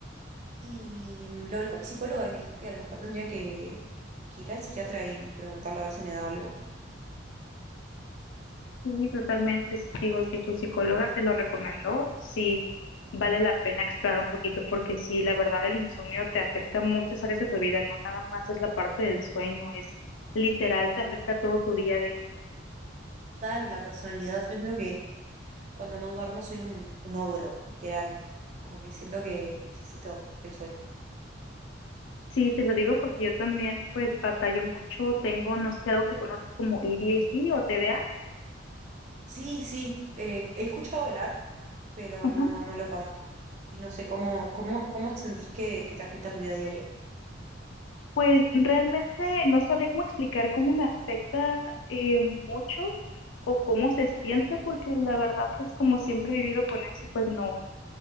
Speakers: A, on the right; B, on the left.
A: y mm, lo hablé con mi psicóloga y me dijo que a lo mejor tendría que, que ir al psiquiatra y preguntarle a ver si me da algo.
B: Sí, totalmente. S- Digo, si tu psicóloga te lo recomendó, sí, vale la pena explorar un poquito porque sí, la verdad el insomnio te afecta muchas áreas de tu vida, no nada más es la parte del sueño, es literal, te afecta todo tu día a día.
A: total la personalidad. Yo siento que cuando no duermo soy un, un ogro, literal. Como que siento que necesito el sueño.
B: Sí, te lo digo porque yo también pues batallo mucho, tengo, no sé si algo que conoces como A D A ADHD o T D
A: Sí, sí, eh, he escuchado hablar, pero
B: TDA.
A: no, no lo padezco. Y no sé cómo, cómo, cómo sentís que, que te afecta en tu día a día.
B: Pues realmente no sabría cómo explicar cómo me afecta eh, mucho o cómo se siente, porque la verdad, pues como siempre he vivido con eso, pues no,